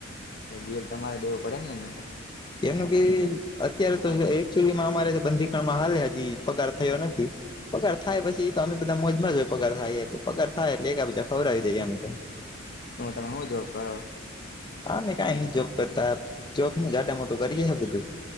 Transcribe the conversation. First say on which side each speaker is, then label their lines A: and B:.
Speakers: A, on the left; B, on the left.
A: બેલ તમારે દેવું પડે નને અહિયાયા તો
B: એનું કે અત્યારે તો એકચુલીમાં અમારે બંધીકણમાં હાલે હજી પગાર થયો નથી પગાર થાય પછી તો અમે બધા મોજમાં જ હો પગાર થાય એટલે પગાર થાય એટલે એક બધા ખબર આવી દઈ ગયા અમે તો
A: હું તમે હું જો કર
B: હા કઈ ન જોબ કરતા જોબ જાટ મોટું કરીએે હ બધું